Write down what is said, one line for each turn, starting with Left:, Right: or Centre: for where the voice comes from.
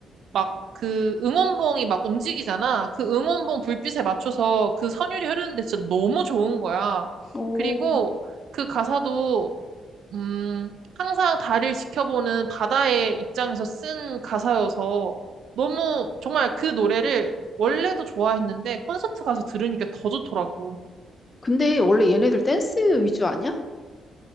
Right: 막 그 응원봉이 막 움직이잖아. 그 응원봉 불빛에 맞춰서 그 선율이 흐르는데 진짜 너무 좋은 거야.
Left: 오,
Right: 그리고 그 가사도 음 항상 달을 지켜보는 바다의 입장에서 쓴 가사여서 너무 정말 그 노래를 원래도 좋아했는데 콘서트 가서 들으니까 더 좋더라고.
Left: 근데 원래 얘네들 댄스 위주 아니야?